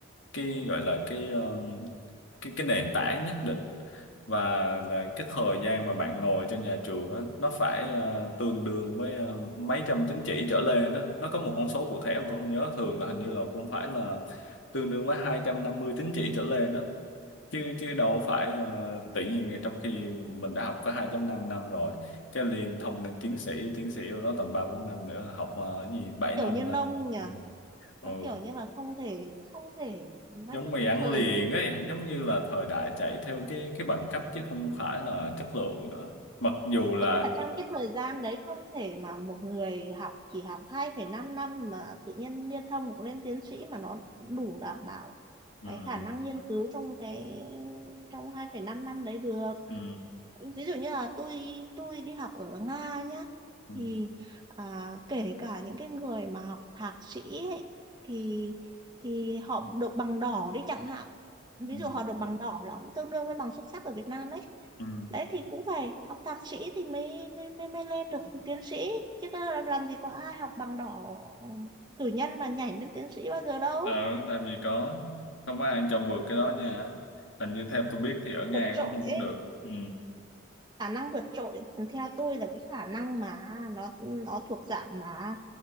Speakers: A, on the left (about 70°); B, on the right (about 20°).
A: cái gọi là cái ờ, cái cái nền tảng nhất định và là cái thời gian mà bạn ngồi trên nhà trường á nó phải ờ, tương đương với ờ, mấy trăm tín chỉ trở lên đó nó có một con số cụ thể mà tôi không nhớ thường là hình như là cũng phải là tương đương với 250 tín chỉ trở lên đó chứ chứ đâu phải ờ, tự nhiên trong khi mình đã học có hai chấm năm năm rồi cái liền thông lên tiến sĩ tiến sĩ vô đó tầm 3 4 năm nữa học ờ, cái gì 7
B: kiểu
A: năm
B: như
A: là
B: nông nhỉ
A: ừ.
B: nó
A: ừ
B: kiểu như là không thể không thể nói
A: giống
B: chung
A: mì ăn
B: thời
A: liền ấy giống như là thời đại chạy theo cái cái bằng cấp chứ không phải là chất lượng nữa mặc dù là
B: với cả trong cái thời gian đấy không thể mà một người học chỉ học hai phẩy năm năm mà tự nhiên liên thông hoặc lên tiến sĩ mà nó đủ đảm bảo
A: ừ,
B: cái khả năng nghiên cứu trong cái trong 2,5 năm năm đấy được
A: ừ,
B: ví dụ như là tôi tôi đi học ở Nga nhá
A: ừ,
B: thì à, kể cả những cái người mà học thạc sĩ ấy, thì thì họ được bằng đỏ đi chẳng hạn ví
A: ừ,
B: dụ họ được bằng đỏ là cũng tương đương với bằng xuất sắc ở Việt Nam đấy
A: ừ.
B: đấy thì cũng phải học thạc sĩ thì mới mới mới, mới lên được tiến sĩ chứ có làm gì có ai học bằng đỏ ừ, cử nhân mà nhảy lên tiến sĩ bao giờ đâu
A: ừ làm gì có không có ai cho vượt cái đó nha hình như theo tôi biết thì ở Nga
B: vượt trội
A: cũng không
B: ấy
A: được ừ.
B: khả năng vượt trội theo tôi là cái khả năng mà nó nó thuộc dạng mà